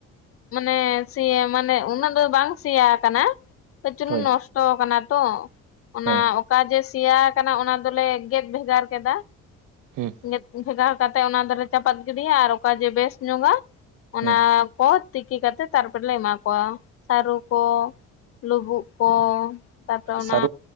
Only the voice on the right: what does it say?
ᱦᱳᱭ
ᱦᱮᱸ
ᱦᱮᱸ
ᱦᱩᱸ
ᱥᱟ